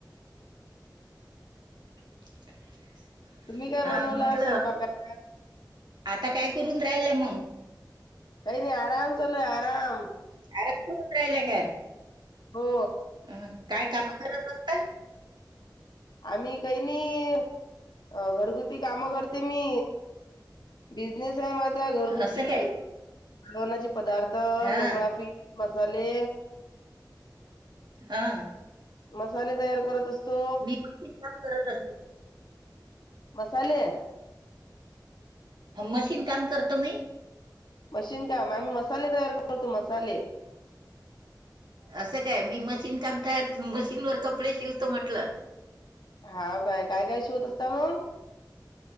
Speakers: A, on the right; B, on the left.
A: <inaudible>
B: तुम्ही काय
A: हा
B: बनवला
A: म्हटलं
B: स्वयंपाकात?
A: आता काय करून राहिल्या मग?
B: काही नाही आराम चालूये आराम.
A: <unintelligible> राहिल्या काय?
B: हो.
A: अ, काय काम करत असता?
B: आम्ही काही नाही, घरगुती कामं करते मी. बिझनेस आहे माझ घरगुती
A: असं काय?
B: जेवनाचे पदार्थ
A: हां,
B: ढोकळापीठ मसाले,
A: हां.
B: मसाले तयार करत अस तो
A: मी मशीन काम करत असता
B: मसाले.
A: मशीन काम करतो मी.
B: मशीन काम, आम्ही मसाले तयार करतो मसाले.
A: असं काय? मी मशीन काम तयार मशीनवर कपडे शिवतो म्हटलं.
B: हाव काय, काय काय शिवत असता मग?